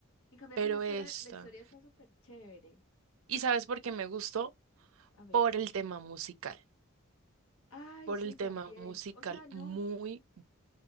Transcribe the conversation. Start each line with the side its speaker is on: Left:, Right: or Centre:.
Left: En cambio
Right: pero
Left: aquí la historia,
Right: esta.
Left: la historia está súper chévere.
Right: ¿Y sabes por qué me gustó?
Left: A ver.
Right: Por el tema musical.
Left: Ay,
Right: Por
Left: sí,
Right: el
Left: también.
Right: tema musical
Left: O sea, no.
Right: muy